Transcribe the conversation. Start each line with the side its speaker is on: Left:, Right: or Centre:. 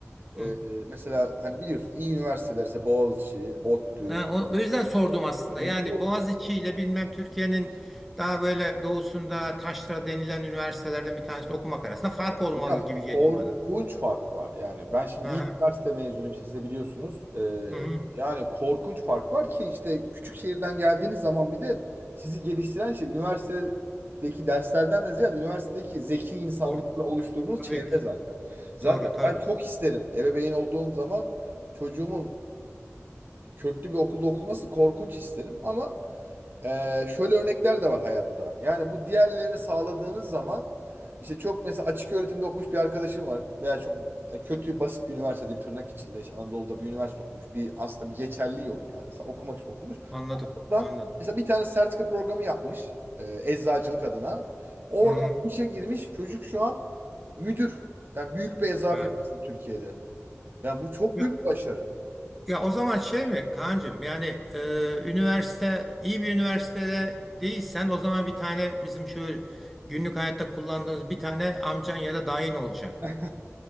Centre: Hı.
Right: Ee, e, mesela hani biliyorsun iyi üniversiteler işte Boğaziçi, ODTÜ.
Centre: Ha, o, o yüzden sordum aslında.
Right: Hani
Centre: Yani
Right: bu
Centre: Boğaziçi ile bilmem Türkiye'nin daha böyle doğusunda taşra denilen üniversitelerden bir tanesi okumak arasında fark olmalı
Right: hocam
Centre: gibi geliyor
Right: korkunç
Centre: bana.
Right: fark var. Yani ben şimdi
Centre: Hı
Right: iyi
Centre: hı.
Right: üniversite mezunuyum işte siz de biliyorsunuz. Ee,
Centre: Hı hı.
Right: yani korkunç fark var ki işte küçük şehirden geldiğiniz zaman bir de sizi geliştiren şey üniversitedeki derslerden de ziyade üniversitedeki zeki insanlarla
Centre: Or-
Right: oluşturduğunuz
Centre: tabii
Right: çevre
Centre: ki.
Right: zaten. Zaten
Centre: Doğru tabii.
Right: ben çok isterim ebeveyn olduğum zaman çocuğumun köklü bir okulda okunması korkunç isterim ama e, şöyle örnekler de var hayatta. Yani bu diğerlerini sağladığınız zaman işte çok mesela açık öğretimde okumuş bir arkadaşım var veya çok e, kötü basit bir üniversite diyeyim tırnak içinde işte Anadolu'da bir üniversite okumuş. Bir aslında bir geçerli yok yani. Sa- Okumak için okumuş.
Centre: Anladım.
Right: Oradan
Centre: Anladım.
Right: mesela bir tane sertifika programı yapmış e, eczacılık adına. Oradan
Centre: Hı hı.
Right: işe girmiş. Çocuk şu an müdür. Yani büyük bir eczacı
Centre: Ha.
Right: firması da Türkiye'de. Yani bu çok
Centre: Ya,
Right: büyük bir başarı.
Centre: ya o zaman şey mi Kaan'cığım yani e, üniversite iyi bir üniversitede değilsen o zaman bir tane bizim şu günlük hayatta kullandığımız bir tane amcan ya da dayın olacak.
Right: <laughs>